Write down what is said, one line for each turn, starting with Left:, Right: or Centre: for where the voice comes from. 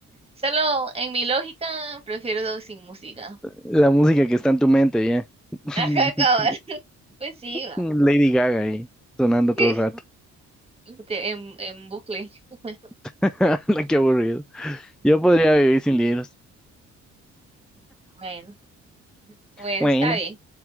Right: Solo en mi lógica prefiero sin música.
Centre: La música que está en tu mente, ya. <laughs>
Right: Ajá, cabal. Pues sí, va.
Centre: Lady Gaga ahí, sonando todo
Right: <laughs>
Centre: el rato.
Right: Te- En, en bucle. <laughs>
Centre: <laughs> Qué aburrido. Yo podría vivir sin libros.
Right: Bueno, bueno,
Centre: Bueno,
Right: está bien.